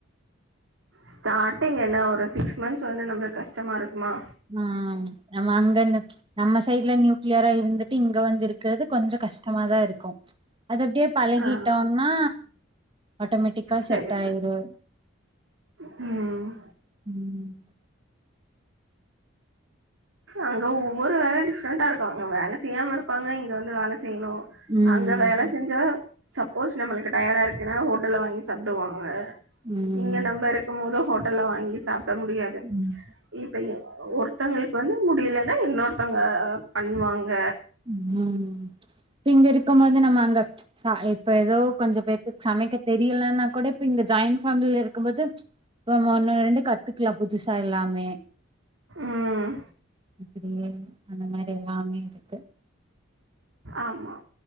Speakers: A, on the right (about 75°); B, on the right (about 25°).
A: ஸ்டார்டிங் என்ன ஒரு சிக்ஸ் மந்த்ஸ் வந்து நம்மளுக்கு கஷ்டமா இருக்குமா
B: ம் நம்ம அங்க இருந்து நம்ம சைட்ல நியூக்ளியரா இருந்துட்டு இங்க வந்து இருக்கிறது கொஞ்ச கஷ் கஷ்டமா தா இருக்கு அது அப்டியே பழகிட்டோனா
A: ஆ
B: ஆட்டோமேட் டிக்கா
A: சரி
B: செட் ஆயிரு
A: ம்
B: ம்
A: அங்க ஒவ்வொரு வேல டிஃப்ரெண்டா இருக்கு அங்க வேல செய்யாம இருப்பாங்க இங்க வந்து வேல செய்யணு
B: ம்
A: அங்க வேல செஞ்சா சப்போஸ் நம்மளுக்கு டயர்டா இருக்குனா ஹோட்டல்ல வாங்கி சாப்பிடுவாங்க
B: ம்
A: இங்க நம்ப இருக்கும் போது ஹோட்டல்லா வாங்கி சாப்பிட முடியாது
B: ம்
A: இப்ப எ ஒருத்தங்களுக்கு வந்து முடியலனா இன்னொருத்தங்க பண்ணுவாங்க
B: ம் இப்ப இங்க இருக்கம் போது நம்ம அங்க சா இப்ப ஏதோ கொஞ்ச பேத்துக்கு சமைக்க தெரியலனா கூட இப்ப இங்த ஜாயின் பேமிலில இருக்கும் போது இப்ப நம்ம ஒன்னு ரெண்டு கத்துக்கலா புதுசா எல்லாமே
A: ம்
B: இப்டியே அந்த மாரி எல்லாமே இரு
A: ஆமா